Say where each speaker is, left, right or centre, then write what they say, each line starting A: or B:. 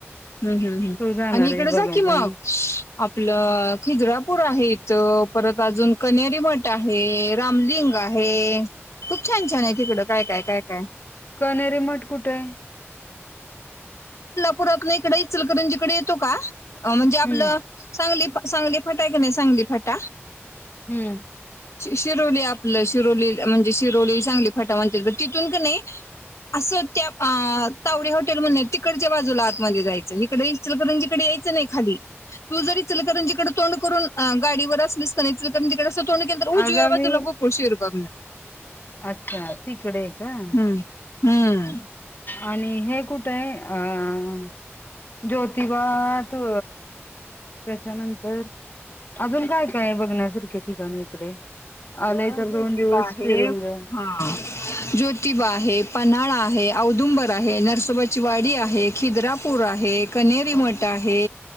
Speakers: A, on the left; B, on the left.
A: ह् हम् ह्
B: तो जाणार
A: आणि इकडे
B: आहे बघायला
A: जा कि मग आपलं खिगरापूर आहेत. परत अजून कनेरी मठ आहे रामलिंग आहे. छान छान आहे तिकडं काय काय काय काय?
B: कनेरी मठ कुठे ये.
A: पुरात नाही इकडे चलकरंजकडे येतो का? अ म्हणजे. आपलं
B: हम्म
A: सांगली पा. सांगली फाटा की नाही सांगली फाटा.
B: हम्म
A: शिरोली आपलं शिरोली म्हणजे? ती दोरी सांगली फाटा? म्हणतील तिथून की असत्या तावडी हॉटेल म्हणून तिकडच्या बाजूला आत मध्ये. जायचं आणि पिस्टल करंजी कडे यायचं नाही खाली. त जर इंस्टॉल करंजी कड करून. गाडीवर असलीच तर तिकडेंोंेल तर उजू
B: आगामी
A: आजला गोको शिरला?
B: अच्छा तिकडे क <unintelligible>
A: हम्म हम्म
B: आणि हे कुठ ये. अ ज्योतिबा तू त्याच्यानंतर अजून काय काय बघण्यासारखे ठिकाण इकडे.
A: अग
B: आलंय तर
A: ज्योतिबा
B: दोन दिवस
A: आहे
B: फिरून
A: हा
B: जा
A: ज्योतिबा आहे. पन्हाळा आहे औदुंबर आहे. नरसोबाची वाडी आहे. खिद्रापूर आहे कनेरी मठ आहे.